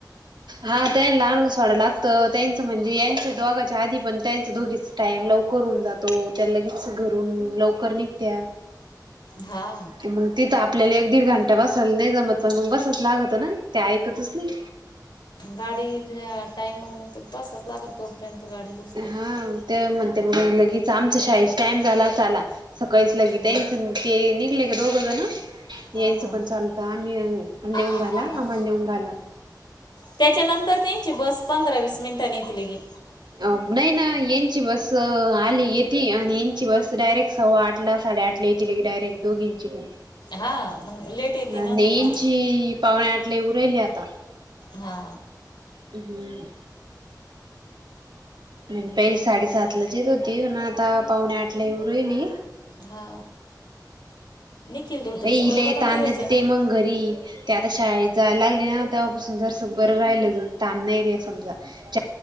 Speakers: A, on the right; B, on the left.
A: हा त्यां लहानून सोडं लागतं त्यांचं म्हणजे यांच दोघाच्या आधी पण त्यांचं दोघीच टाइम लवकर होऊन जातो त्या लगेच घरून लवकर निघत्या.
B: हा.
A: मग तिथं आपल्याला एक दीड घंटा बसायला नाय जमत पण मग बसच लागत ना ते ऐकतच नाही.
B: गाडी ज टाइमंगत बसच लागत तोपर्यंत गाडी येऊज तर.
A: हा ते म्हणते मग लगेच आमच्या शाळेचा टाइम झाला चाला. सकाळीस लगी <unintelligible> ते
B: हा
A: निघले ग दोघं जणं
B: हा
A: यांचा
B: हा
A: पण चालतं आम्ही अ नेऊ न
B: हा
A: घाला आम्हाला नेऊन घाला.
B: त्याच्यानंतर त्यांची बस पंधरा वीस मिनटाने येतील गे.
A: अ नाही ना यांची बस आली येते आणि यांची बस डायरेक्ट सवा आठला, साडे आठला येेतील डायरेक्ट दोघींची ब
B: हा मग लेट येते ना
A: आणि
B: त्यांची
A: यांची पावणे आठला उरयली आता.
B: हा.
A: हम्म. म्हण ते साडेसातलाच येत होती पण आता पाऊणे आठला येऊरेली.
B: हा निखिल धोतरीस
A: हिला
B: पोरगा पण
A: ताण
B: तिथंच
A: देत
B: आहे
A: ते
B: ना.
A: मग घरी ते आता शाळेत जायला लागलीय तेव्हापासून जरस बरं राहिलं ताण नाही री समजा च